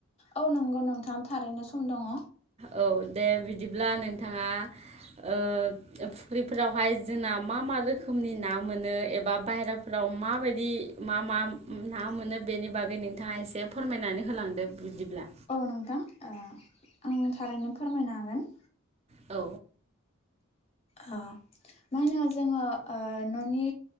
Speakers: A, on the left (about 30°); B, on the right (about 30°).
A: औ नंगौ नोंथाङा थारैनो सम दङ
B: औ दे बिदिब्ला नोंथाङा ओ फुख्रिफोरावहाय जोंना मा मा रोखोमनि ना मोनो एबा बायेरा राव माबायदि मा मा ना मोनो बेनि बागै नोंथाङा एसे फोरमायनानै होलांदों बिदिब्ला।
A: औ नोंथां आं थारैनो फोरमायनो हागोन।
B: औ
A: ओ मा होनो जोङो न'नि